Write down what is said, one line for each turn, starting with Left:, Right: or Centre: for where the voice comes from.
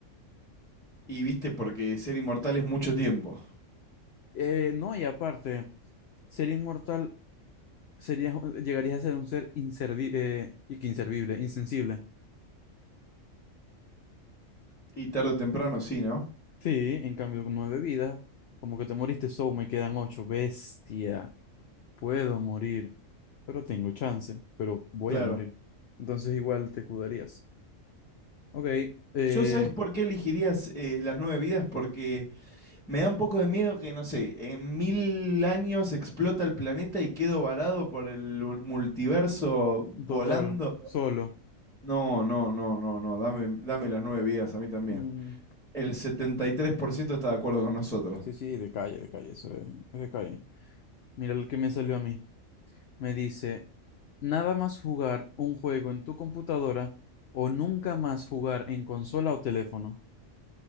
Centre: Y viste, porque ser inmortal es mucho tiempo.
Left: Eh, no, y aparte, ser inmortal serías, llegarías a ser un ser inservi eh, y que inservible, insensible.
Centre: Y tarde o temprano sí, ¿no?
Left: Sí, en cambio, con nueve vidas, como que te moriste, so me quedan ocho. Bestia, puedo morir, pero tengo chance, pero voy
Centre: Claro.
Left: a morir. Entonces, igual te cuidarías. Ok, eh,
Centre: Yo sabes por qué elegirías eh, las nueve vidas, porque me da un poco de miedo que, no sé, en mil años explota el planeta y quedo varado por el u- multiverso volando.
Left: total, solo.
Centre: No, no, no, no, no, dame, dame las nueve vidas a mí también.
Left: Mm,
Centre: El 73% está de acuerdo con nosotros.
Left: sí, sí, de calle, de calle, eso es, es de calle. Mira el que me salió a mí. Me dice. Nada más jugar un juego en tu computadora o nunca más jugar en consola o teléfono.